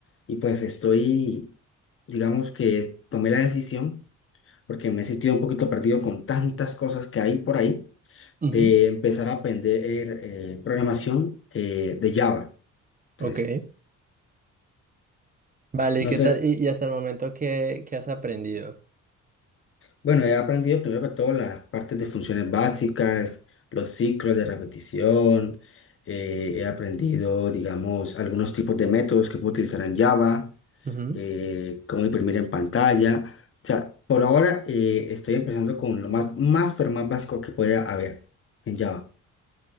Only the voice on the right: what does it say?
Ujú,
Ok. Vale,
¿y qué
tal? ¿Y, y hasta el momento qué, qué has aprendido?
Ujú.